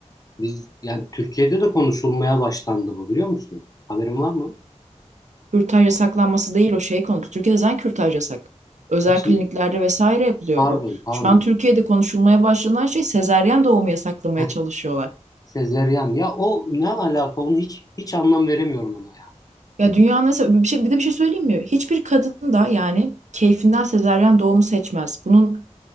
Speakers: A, on the left (about 30°); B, on the right (about 75°).
A: Biz yani Türkiye'de de konuşulmaya başlandı bu biliyor musun? Haberin var mı?
B: kürtaj yasaklanması değil o şey konusu. Türkiye'de zaten kürtaj yasak. Özel
A: Ha,
B: kliniklerde
A: Hi-
B: vesaire yapılıyor
A: Pardon,
B: bu.
A: pardon.
B: Şu an Türkiye'de konuşulmaya başlanan şey sezaryen doğumu yasaklamaya
A: Heh,
B: çalışıyorlar.
A: sezeryan. Ya o ne alaka? Onu hiç hiç anlam veremiyorum ona ya.
B: Ya dünyanın nasıl bir şey bir de bir şey söyleyeyim mi? Hiçbir kadın da yani keyfinden sezaryen doğumu seçmez. Bunun